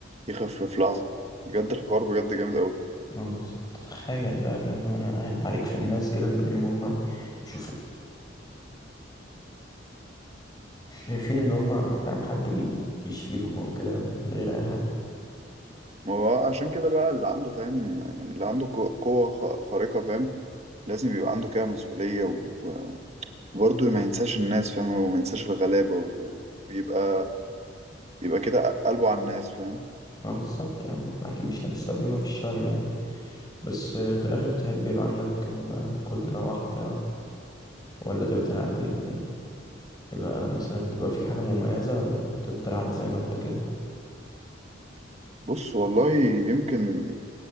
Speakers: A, on the right; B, on the left.
A: يخف في لحظة بجد الحوار بجد جامد أوي
B: ما بالظبط تخيل بقى فاهم لو انا قاعد بعليك في الناس كده من غير ما هم يشوفوا شايفين ان هم فاهم حد بي- بيشفيهم او كده من غير اي حاجه
A: ما هو عشان كده بقى اللي عنده فاهم يعني اللي عنده قو- قوة خ- خارقة فاهم لازم يبقى عنده كده مسؤولية و- وبرضه ما ينساش الناس فاهم وما ينساش الغلابة و- ويبقى يبقى كده قلبه على الناس فاهم
B: ما بالظبط يا عم احنا اكيد مش هنستخدمها في الشر يعني بس آه، في الاخر تحب يبقى عندك آه، بقى قدره واحده ولا تفضل عادي يعني يبقى مثلا تبقى فيك حاجه مميزه ولا تفضل عادي زي ما انت كده
A: بص والله يمكن